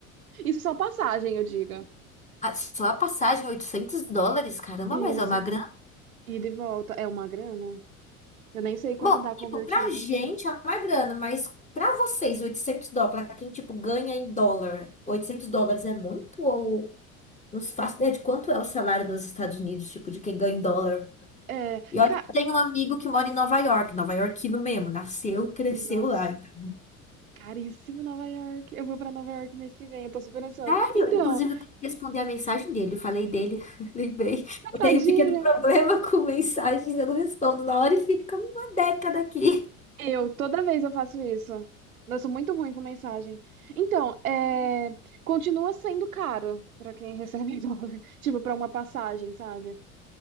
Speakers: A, on the right (about 70°); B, on the left (about 15°).
A: <laughs> Isso só passagem, eu diga.
B: Ah, Só a passagem, 800 dólares, caramba,
A: Isso.
B: mas é uma grana.
A: Ida E de volta é uma grana. Eu nem sei quanto
B: Bom,
A: dá convertido.
B: tipo, pra gente é uma grana, mas pra vocês, 800 dólares, pra quem, tipo, ganha em dólar, 800 dólares é muito? ou Não se faço ideia de quanto é o salário nos Estados Unidos, tipo, de quem ganha em dólar.
A: É,
B: E olha,
A: ca...
B: que eu tenho um amigo que mora em Nova York, Nova Yorkino mesmo, nasceu e cresceu
A: Nossa,
B: lá. Então,
A: caríssimo Nova York. Eu vou pra Nova York mês que vem, eu tô super ansiosa.
B: Sério?
A: Então,
B: Inclusive, eu tenho que responder a mensagem dele. Eu falei dele, <laughs> lembrei. Eu
A: tadinha.
B: tenho um pequeno problema com mensagens, eu não respondo na hora e fica uma década aqui.
A: Eu, toda vez eu faço isso. Eu sou muito ruim com mensagem. Então, é, continua sendo caro pra quem <laughs> recebe em dólar. Tipo, pra uma passagem, sabe?